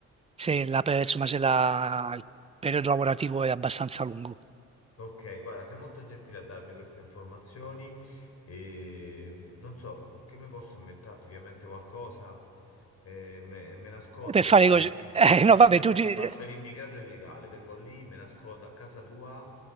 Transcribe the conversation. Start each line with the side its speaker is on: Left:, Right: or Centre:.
Right: se la per- insomma, se la- il periodo lavorativo è abbastanza lungo.
Left: Ok, guarda, sei molto gentile a darmi queste informazioni e non so che mi posso inventarti, ovviamente qualcosa, eh, me, me nascondo,
Right: Per
Left: faccio,
Right: fare così... <laughs> eh,
Left: faccio,
Right: no, vabbè, tu... ti-
Left: faccio l'immigrato illegale, vengo lì, me nascondo a casa tua